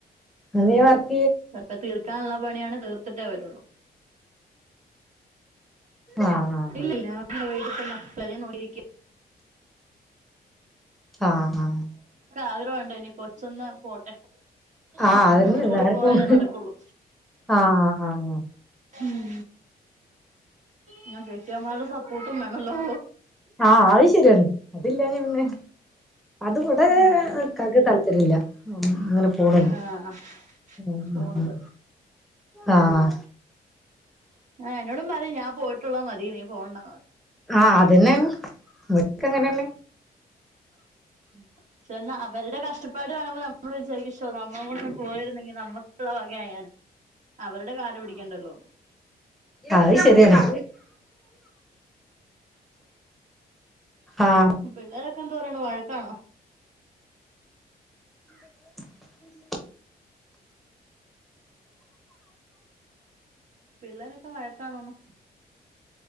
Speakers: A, in the centre; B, on the right (about 50°).
A: നവർത്ത
B: ചെൽപ്പം തീർക്കാള്ള പണിയാണേ തീർത്തിട്ടേ വരുള്ളൂ
A: ആഹ്
B: ഇല്ലല്ല നമ്മടെ വീട്ട്ത്തെ മക്കളെ നോക്കിരിക്കും
A: ആ ഹ് ആഹ്
B: ആഗ്രഹംണ്ടോ ഇനി കൊച്ചൊന്ന് പോട്ടെ
A: ആഹ്
B: അഹ്
A: അതന്നെ
B: സ്കൂളിൽ
A: എല്ലാർക്കും
B: പോയാല നടക്കുള്ളൂ
A: ആഹ് ആഹ്
B: ഉം ന്നാ കെട്ടിയോന്മാരുടെ സപ്പോട്ടു മാണല്ലോ
A: ആഹ് അഹ് ശരിയാണ് അതില്ലാനാ പിന്നെ അത് ഇവിടെ
B: ആഹ്
A: ഇക്കാക്ക് താല്പര്യമില്ല അങ്ങനെ പോണ
B: ആഹ്
A: ഉം
B: പോണത്
A: ഉം ഉം ആഹ്
B: ആഹ് എന്നോടും പറയും ഞാൻ പോയിട്ടുള്ളാ മതി നീ പോണ്ട
A: ആഹ് അതന്നെയങ്ങനെ വെക്കങ്ങനന്നെ
B: ഉം എന്നാ അവരുടെ കഷ്ടപ്പാട് കാണുമ്പോൾ നമ്മൾ വിചാരിക്ക നമ്മള കൊപോയിരുന്നെങ്കിൽ നമുക്കുള്ള വകയായാന് അവരുടെ കാല പിടിക്കേണ്ടല്ലോ
A: ആഹ് ശരിയാണ് ആഹ്
B: ഉം പിള്ളേരൊക്കെ എന്ത് പറയ്ണ് വഴക്കാണോ
A: ഉ
B: പിള്ളേരൊക്കെ വഴക്കാണോന്നോ